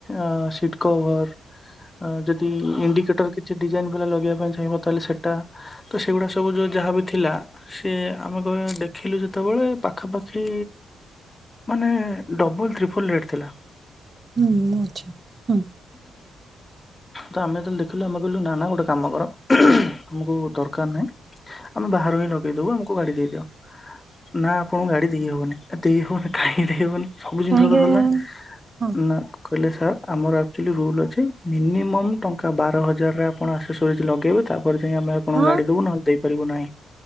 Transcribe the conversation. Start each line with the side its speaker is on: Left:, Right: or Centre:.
Left: On seat cover. ଅ ଯଦି ଇନଡ଼ି ସେଟାରେ କିଛି ଡିଜାଇନ୍ ଗଲା ଲଗେଇବା ଚାହିଁବ ତାହେଲେ ସେଇଟା। ତ ସେଉଗୁଡ଼ା ସବୁ ଯଉଁ ଯାହାବି ଥିଲା ସେ ଆମେ କହ ଦେଖିଲୁ ଯଦି- ସେତେବେଳେ ପାଖାପାଖି ମାନେ ଡବଲ ତ୍ରିଫଲ ରେଟ ଥିଲା।
Right: ହୁଁ ଆଛା ହୁଁ
Left: ତ ଆମେ ଯେତେବେଳେ ଦେ ହେଲେ ଆମେ କହିଲୁ ନା ନା ଗୋଟେ କର ଆମକୁ ଦରକାର ନାହିଁ ଆମେ ବାହାରୁ ଆଣି ଲଗେଇଦବୁ ଆମକୁ କୁଆଡେ ଯାଇଚ? ନା ଆପଣଙ୍କୁ ଗାଡି ଦେଇ ହବନି। ଆ ଦେଇହବନି କାହିଁକି ଦେଇହବନି? ସବୁ ଜିନିଷ
Right: କାହିଁକି
Left: ତ ସରିଲାଣି
Right: ହଁ
Left: ନା ହେଲେ ସାର ଆମର ଆକଚୁଆଲି ରୁଲ ଅଛି ମିନିମମ ଟଙ୍କା ବା ର ହଜାରରେ ଆପଣ ଆଶୋଶୋଇଜ୍ ଲଗେଇବେ ତାପରେ ଯା ଆମେ ଆପଣଙ୍କୁ
Right: ହଁ
Left: ଗାଡି ଦବୁ ନହେଲେ ଦେଇ କରିବୁ ନାହିଁ